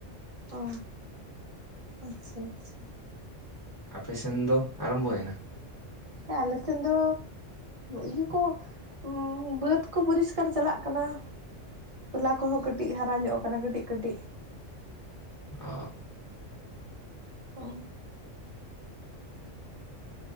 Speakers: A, on the right; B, on the left.
A: ᱚ ᱟᱪᱪᱷᱟ ᱟᱪᱪᱷᱟ᱾
B: ᱟᱯᱮ ᱥᱮᱱ ᱫᱚ ᱟᱨᱟᱢᱵᱚᱭᱮᱱᱟ?
A: ᱦᱮᱸ ᱟᱞᱮ ᱥᱮᱱ ᱫᱚ ᱤᱭᱟᱹ ᱠᱚᱼᱼ ᱦᱩᱸ ᱵᱟᱹᱫᱽ ᱠᱚ ᱯᱚᱨᱤᱥᱠᱟᱨ ᱪᱟᱞᱟᱜ ᱠᱟᱱᱟ᱾ ᱛᱚᱞᱟ ᱠᱚᱦᱚᱸ ᱠᱟᱹᱴᱤᱡ ᱦᱟᱨᱟ ᱧᱚᱜ ᱟᱠᱟᱱᱟ ᱠᱟ. ᱴᱤᱡ ᱠᱟᱹᱴᱤᱡ᱾
B: ᱚᱻ
A: ᱚ